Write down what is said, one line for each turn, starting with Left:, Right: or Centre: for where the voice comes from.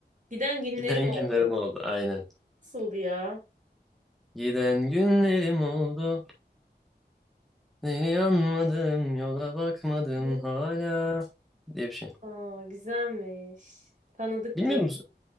Right: Giden günlerim
Centre: Giden
Right: oldu.
Centre: günlerim oldu aynen.
Right: Nasıldı ya?
Centre: Giden günlerim oldu. Seni anmadım, yola bakmadım
Right: Ne?
Centre: hala diye bir şey.
Right: Aa, güzelmiş. Tanıdık
Centre: Bilmiyor
Right: gibi.
Centre: musun?